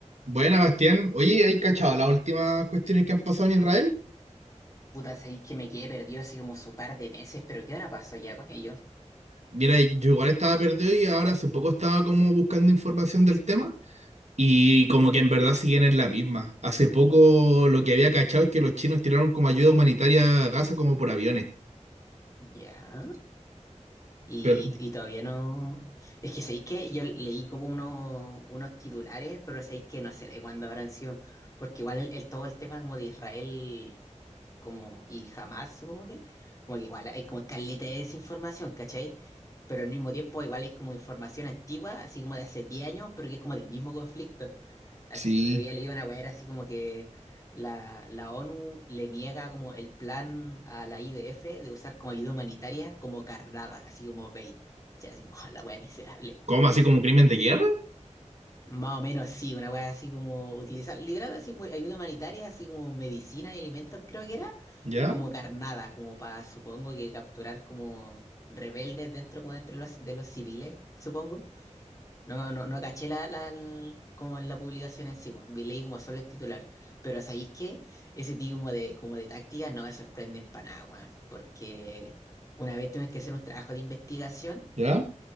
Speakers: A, on the right (about 65°); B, on the left (about 25°).
A: Buena, Bastián. Oye, ¿hay cachado las últimas cuestiones que han pasado en Israel?
B: Puta, sabéis que me quedé perdido así como su par de meses, pero ¿qué ahora pasó ya con ellos?
A: Mira, yo igual estaba perdido y ahora hace poco estaba como buscando información del tema y como que en verdad siguen en la misma. Hace poco lo que había cachado es que los chinos tiraron como ayuda humanitaria a Gaza como por aviones.
B: Ya. Y,
A: Pero,
B: y todavía no. Es que sabéis que yo leí como unos, unos titulares, pero sabéis que no sé de cuándo habrán sido. Porque igual el, el- todo el tema como de Israel como y Hamás, supongo que. Como que igual hay como caleta de desinformación, ¿cachai? Pero al mismo tiempo igual hay como información antigua, así como de hace 10 años, pero que es como del mismo conflicto. Así,
A: sí.
B: había leído una weá, era así como que la, la ONU le niega como el plan a la IDF de usar como ayuda humanitaria como carnada, así como bait. O sea, así como <laughs> la weá miserable.
A: ¿Cómo? ¿Así como un crimen de guerra?
B: Más o menos sí, una weá así como utilizar, literal así como ayuda humanitaria, así como medicina y alimentos, creo que era,
A: ¿Ya?
B: como carnada, como para, supongo que capturar como rebeldes dentro, como dentro de los, de los civiles, supongo. No, no, no caché la, la, el- como en la publicación en sí, bueno, vi- leí como solo el titular. Pero ¿sabéis qué? Ese tipo como de, como de tácticas no me sorprenden para nada, weón. Porque una vez tuvimos que hacer un trabajo de investigación
A: ¿Ya?